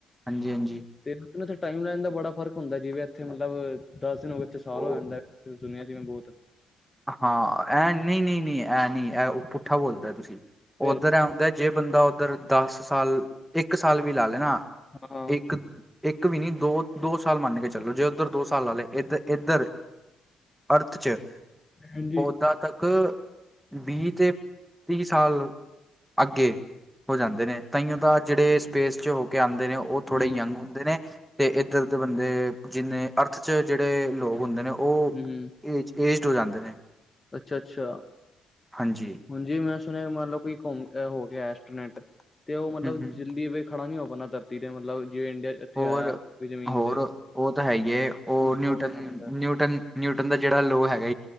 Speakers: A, in the centre; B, on the left (about 20°).
A: ਹਾਂਜੀ ਹਾਂਜੀ
B: ਤੇ ਇਥੇ ਟਾਈਮ ਲੈਣ ਦਾ ਬੜਾ ਫ਼ਰਕ ਹੁੰਦਾ, ਜਿਵੇ ਇੱਥੇ ਮਤਲਬ ਦਸ ਦਿਨ ਹੋ ਗਏ, ਉਥੇ ਸਾਲ
A: ਉਹ
B: ਹੋ ਜਾਂਦਾ। ਜੋ ਸੁਣਿਆ ਸੀ, ਮੈਂ ਬਹੁਤ
A: ਹਾਂ ਐਂ ਨਹੀਂ ਨਹੀਂ ਨਹੀਂ ਐਂ ਨਹੀਂ, ਐ ਪੁੱਠਾ ਬੋਲ ਤੈ ਤੁਸੀਂ,
B: ਫਿਰ
A: ਉੱਧਰ ਐ ਹੋਂਦਾ ਐ, ਜੇ ਬੰਦਾ ਉੱਧਰ ਦਸ ਸਾਲ, ਇੱਕ ਸਾਲ ਵੀ ਲਾ ਲੈ ਨਾ,
B: ਹਾਂ
A: ਇੱਕ ਇੱਕ ਵੀ ਨੀ, ਦੋ ਦੋ ਸਾਲ ਮੰਨ ਕੇ ਚਲੋ, ਜੇ ਉੱਧਰ ਦੋ ਸਾਲ ਵਾਲੇ ਇਧਰ। ਇੱਧਰ ਅਰਥ ਚ
B: ਹਾਂਜੀ
A: ਉਦਾਂ ਤੱਕ ਵੀਹ ਤੇ ਤੀਹ ਸਾਲ ਅੱਗੇ ਹੋ ਜਾਂਦੇ ਨੇ ਤਾਇਓ ਤਾਂ ਜਿਹੜੇ ਸਪੇਸ ਚ ਹੋ ਕੇ ਆਂਉਦੇ ਨੇ ਉਹ
B: ਹੂੰ
A: ਥੋੜੇ
B: ਹੂੰ
A: ਯੰਗ ਹੁੰਦੇ ਨੇ, ਤੇ ਇੱਧਰ ਦੇ ਬੰਦੇ ਜਿੰਨੇ ਅਰਥ ਚ ਜਿਹੜੇ ਲੋਕ ਹੁੰਦੇ ਨੇ। ਉਹ
B: ਹੂੰ, ਹੂੰ।
A: ਏਜ ਏਜਡ ਹੋ ਜਾਂਦੇ ਨੇ।
B: ਅੱਛਾ, ਅੱਛਾ।
A: ਹਾਂਜੀ।
B: ਹਾਂਜੀ ਮੈਂ ਸੁਣਿਆ ਮੰਨਲਓ ਕੋਈ ਘੁੰਮ ਹੋ ਗਿਆ ਐਸਟੋਰੈਂਟ ਤੇ ਉਹ ਮਤਲਬ
A: ਹੂੰ ਹੂੰ
B: ਜਲਦੀ- ਖੜਾ ਨੀ ਹੋ ਪਾਂਦਾ ਧਰਤੀ ਤੇ ਮਤਲਬ ਜਿਵੇਂ ਇੰਡੀਆ ਇੱਥੇ
A: ਹੋਰ
B: ਆਇਆ ਕੋਈ ਜ਼ਮੀਨ
A: ਹੋਰ
B: ਤੇ।
A: ਉਹ ਤਾਂ ਹੈ ਈ ਏ।
B: ਉਹਨੂੰ
A: ਉਹ
B: ਸਪੋਰਟ
A: ਨਿਊਟਨ,
B: ਦੇਣਾ ਪੈਂਦਾ
A: ਨਿਊਟਨ, ਨਿਊਟਨ ਦਾ ਜਿਹੜਾ ਲੋ ਹੈਗਾ।